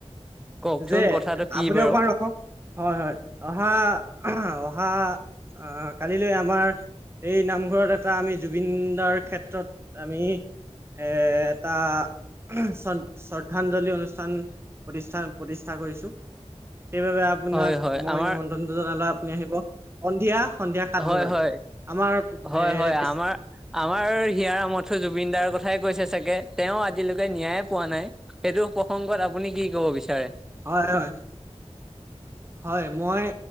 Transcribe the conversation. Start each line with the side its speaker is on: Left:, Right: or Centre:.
Centre: কওকচোন
Right: যে
Centre: কথাটো কি
Right: আপুনি
Centre: বাৰু
Right: অকমান ৰখক হয়-হয় অহা অ', অহা আহ কালিলে আমাৰ। এই নামঘৰত এটা আমি জুবিন দাৰ ক্ষেত্ৰত আমি। এ এটা। শ্ৰ-শ্ৰদ্ধাঞ্জলি অনুষ্ঠান প্ৰতিষ্ঠা-প্ৰতিষ্ঠা কৰিছো। সেইবাবে আপোনাক
Centre: হয় হয়
Right: মই
Centre: আমাৰ
Right: নিমন্ত্ৰনটো জনালো আপুনি আহিব সন্ধিয়া। সন্ধিয়া সাত
Centre: হয়
Right: বজাত
Centre: হয়
Right: আমাৰ
Centre: হয়
Right: এ।
Centre: হয় আমাৰ আমাৰ হিয়াৰ আমঠু জুবিন দাৰ কথাই কৈছে চাগে তেওঁ আজিলৈকে ন্যায় পোৱা নাই। সেইটো প্ৰসংগত আপুনি কি কব বিচাৰে?
Right: হয় হয়। হয় মই